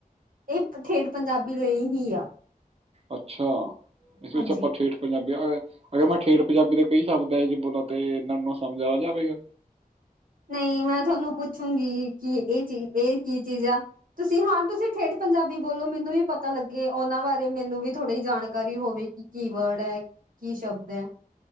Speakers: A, on the right; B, on the right.
A: ਇਹ ਏ ਠੇਠ ਪੰਜਾਬੀ ਲਈ ਹੀ ਆ।
B: ਅੱਛਾ ਇਸ ਵਿਚ
A: ਹਾਂਜੀ
B: ਆਪਾ ਠੇਠ। ਪੰਜਾਬੀ ਅਗ ਅਗਰ ਮੈਂ ਠੇਠ ਪੰਜਾਬੀ ਦਾ ਕਈ ਸ਼ਬਦ ਏਹਾ ਜੇ ਬੋਲਾਂ, ਤੇ ਇਹਨਾਂ ਨੂੰ ਸਮਝ ਆ ਜਾਵੇਗਾ।
A: ਨਹੀਂ ਮੈਂ ਤੁਹਾਨੂੰ ਪੁੱਛੂੰਗੀ, ਕੀ ਇਹ ਚੀਜ ਇਹ ਕੀ ਚੀਜ਼ ਆ। ਤੁਸੀਂ ਹਾਂ ਤੁਸੀਂ ਠੇਠ ਪੰਜਾਬੀ ਬੋਲੋ ਮੈਨੂੰ ਵੀ ਪਤਾ ਲੱਗੇ, ਉਹਨਾਂ ਬਾਰੇ ਮੈਨੂੰ ਵੀ ਥੋੜੀ ਜਾਣਕਾਰੀ ਹੋਵੇ ਕਿ। ਕੀ ਵਰਡ ਹੈ, ਕੀ ਸ਼ਬਦ ਹੈ।